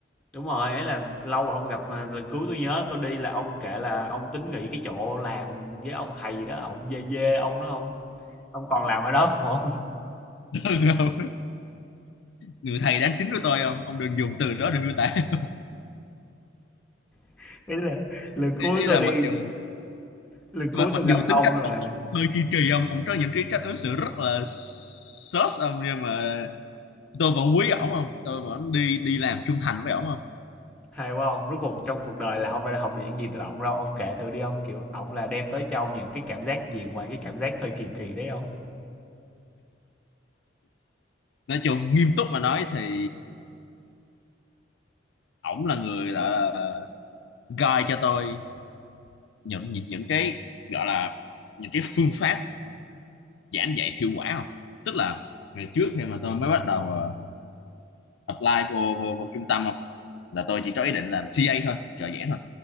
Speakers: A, in the centre; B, on the left (about 65°).
A: Đúng rồi, ấy là lâu rồi không gặp mà lần cuối tôi nhớ tôi đi là ông kể là ông tính nghỉ cái chỗ làm với ông thầy gì đó, ông dê dê ông đó ông. Ông còn làm ở đó không ông?
B: <laughs> Đúng không? Người thầy đáng kính của tôi không? Ông đừng dùng từ đó để miêu tả. <laughs>
A: <laughs> Đấy là lần cuối
B: Ý, ý
A: tôi
B: là
A: đi,
B: mặc dù
A: lần
B: mặc,
A: cuối tôi
B: mặc dù
A: gặp ông
B: tính cách
A: là
B: ông, ông hơi kỳ kỳ không? Ông có những cái cách ứng xử rất là sốt ông nhưng mà tôi vẫn quý ổng không? Tôi vẫn đi đi làm trung thành với ổng không?
A: hay quá ông, rốt cuộc trong cuộc đời là ông đã học được những gì từ ông đâu, ông kể thử đi ông, kiểu ông là đem tới cho ông những cái cảm giác gì ngoài cái cảm giác hơi kỳ kỳ đấy ông.
B: Nói chung nghiêm túc mà nói thì ổng là người gọi là guide cho tôi những những cái gọi là những cái phương pháp giảng dạy hiệu quả không tức là ngày trước khi mà tôi mới bắt đầu ờ, apply vô, vô vô trung tâm không là tôi chỉ có ý định làm TA thôi trợ giảng thôi